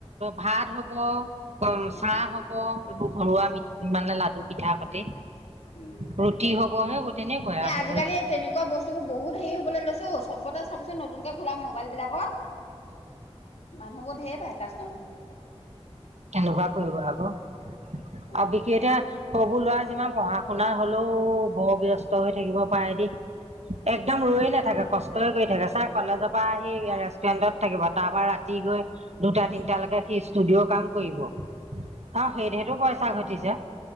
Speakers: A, on the right (about 85°); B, on the left (about 75°).
A: ভাত হব। অম,
B: উম
A: চাহ। এইবোৰ ঘৰুৱা মি মানে লাডু। পিঠা সতে
B: উম,
A: ৰুটি হবহে তেনেকুৱাই
B: এ,
A: আৰু
B: আজিকালি তেনেকুৱা বস্তুবোৰ বহুত হেৰি হবলৈ লৈছে অ। চবতে চাবিচোন নতুনকৈ খোলা মোবাইলবিলাকৰ মানুহবোৰ ধেৰ। পাই কাষ্টমাৰ।
A: কেনেকোৱা কৰিব আক' আৰু
B: উম
A: বিকি এতিয়া হ সৰুবোৰ লৰা যিমান পঢ়া শুনা হলেও বৰ ব্যস্ত হৈ থাকিব পাৰে দেই। একদম ৰয়ে নাথাকে, কষ্টই কৰি থাকে। চা কলেজৰ পৰা আহি ৰেষ্টুৰেণ্টত থাকিব তাৰ পৰাা ৰাতি গৈ দুটা তিনটা লৈকে সি ষ্টুডিঅ কাম। কৰিব। অ, সেইদে টো পইচা ঘটিছে।